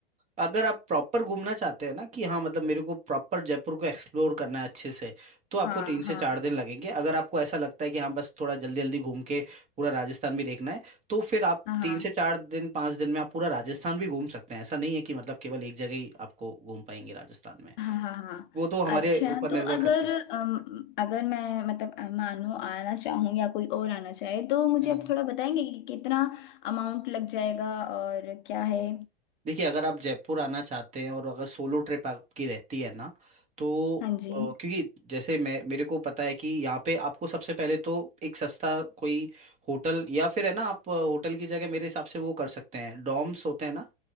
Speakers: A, on the right; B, on the left.
A: अगर आप प्रॉपर घूमना चाहते हैं ना कि हाँ मतलब मेरे को प्रॉपर जयपुर को एक्सप्लोर करना है अच्छे से तो आपको
B: हाँ
A: तीन
B: हाँ
A: से चार दिन लगेंगे अगर आपको ऐसा लगता है कि हाँ बस थोड़ा जल्दी जल्दी घूम के पूरा राजस्थान भी देखना है तो फिर आप
B: हाँ हाँ
A: तीन से चार दिन पाँच दिन में आप पूरा राजस्थान भी घूम सकते हैं ऐसा नहीं है कि मतलब केवल एक जगह ही आपको घूम पाएंगे राजस्थान में
B: हाँ हाँ हाँ
A: वो तो हमारे
B: अच्छा
A: ऊपर
B: तो
A: निर्भर
B: अगर
A: करता
B: अम, अगर मैं मतलब अ, मानो आना चाहूँ या कोई और आना चाहे तो मुझे
A: है
B: आप थोड़ा बताएंगे कि कितना अमाउंट लग जाएगा और क्या है
A: देखिए अगर आप जयपुर आना चाहते हैं और अगर सोलो ट्रिप आपकी रहती है ना तो
B: हाँ जी
A: अ, क्योंकि जैसे मैं मेरे को पता है कि यहाँ पे आपको सबसे पहले तो एक सस्ता कोई होटल या फिर है ना आप अ, होटल की जगह मेरे हिसाब से वो कर सकते हैं डॉम्स होते हैं ना